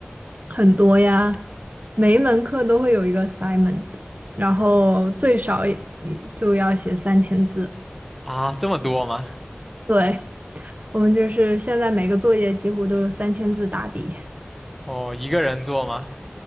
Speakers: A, on the right; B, in the centre.
A: 很多呀，每一门课都会有一个 assignment，然后最少也你就要写三千字。
B: 啊，这么多吗？
A: 对，我们就是现在每个作业几乎都是三千字打底。
B: 哦，一个人做吗？